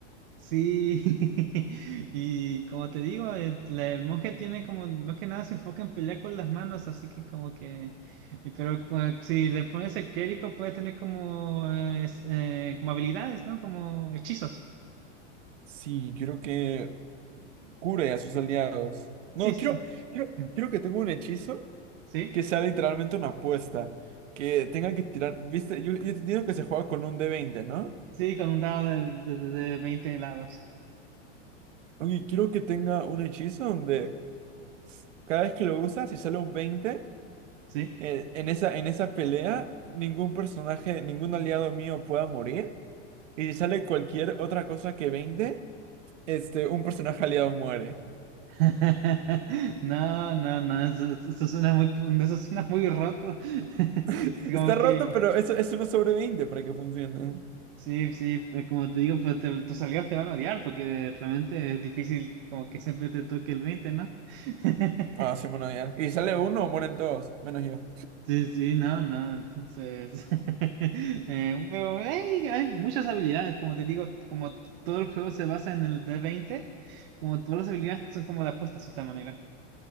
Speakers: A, on the right (about 50°); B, on the right (about 80°).
A: Sí, <laughs> y como te digo, eh, la- el, monje tiene como, más que nada se enfoca en pelear con las manos, así que como que, y pero cua- si le pones el clérigo puede tener como, eh, es- eh, como habilidades, ¿no? Como hechizos.
B: Sí, quiero que cure a sus aliados. No,
A: Sí, sí.
B: quiero, quiero,
A: Mm.
B: quiero que tenga un hechizo.
A: Sí,
B: que sea literalmente una apuesta, que tengan que tirar, viste, yo, yo te digo que se juega con un d veinte ¿no?
A: sí, con un dado de, de, de- de 20 helados.
B: Oye, quiero que tenga un hechizo donde cada vez que lo usas, si sale un 20
A: Sí.
B: eh, en esa, en esa pelea, ningún personaje, ningún aliado mío pueda morir. Y si sale cualquier otra cosa que 20 este, un personaje aliado muere.
A: <laughs> No, no, no, eso, eso suena muy, pu- eso suena muy roto. <laughs>
B: <laughs>
A: Como
B: Está roto,
A: que...
B: pero eso es uno sobre 20 para que funcione.
A: Sí, sí, eh, como te digo, pues, te- tus amigos te van a odiar porque realmente es difícil como que siempre te toque el 20, ¿no? <laughs>
B: Ah, sí, bueno, ya. Y si sale uno, mueren todos, menos yo.
A: Sí, sí, no, no, entonces, <laughs> eh, pero hey, hay muchas habilidades, como te digo, como t- todo el juego se basa en el D20, como todas las habilidades son como de apuesta, de cierta manera.